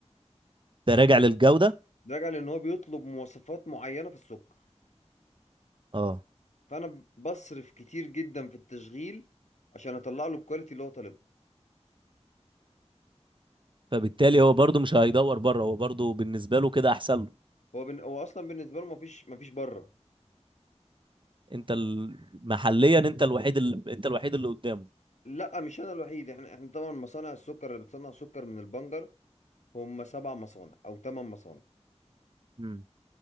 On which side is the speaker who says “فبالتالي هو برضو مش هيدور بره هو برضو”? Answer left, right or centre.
Right